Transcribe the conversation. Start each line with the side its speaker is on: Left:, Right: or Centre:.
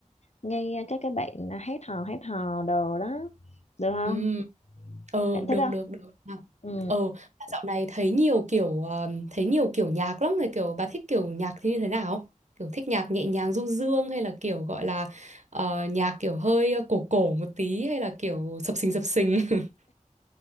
Left: ngay các cái bạn hát hò hát hò đồ đó được không
Right: Ừ, ừ,
Left: bạn thích
Right: được,
Left: không
Right: được, được. À,
Left: ừ.
Right: ừ, mà dạo này thấy nhiều kiểu, à, thấy nhiều kiểu nhạc lắm rồi kiểu bà thích kiểu nhạc thì như thế nào? Kiểu thích nhạc nhẹ nhàng du dương hay là kiểu gọi là ờ, nhạc kiểu hơi ờ, cổ cổ một tí hay là kiểu sập sình sập sình? <laughs>